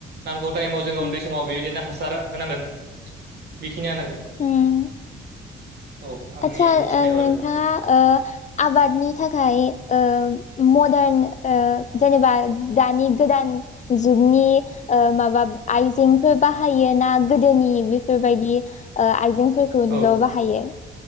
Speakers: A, on the right; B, on the left.
A: नांगौ टायमाव जोङो
B: उम
A: उन्दै समाव बि दिनो हासार होनांगोन बेखिनियानो।
B: उम
A: औ आंनि
B: आदसा
A: मिथिनायाव
B: ओ नोंथाङा
A: आरो
B: ओ आबादनि थाखाय ओ मदान ओ जेनेबा दानि गोदान जुगनि ओ माबा आइजेंफोर बाहायो ना? गोदोनि बेफोरबायदि ओ आइजेंफोर थुनल'
A: औ
B: बाहायो।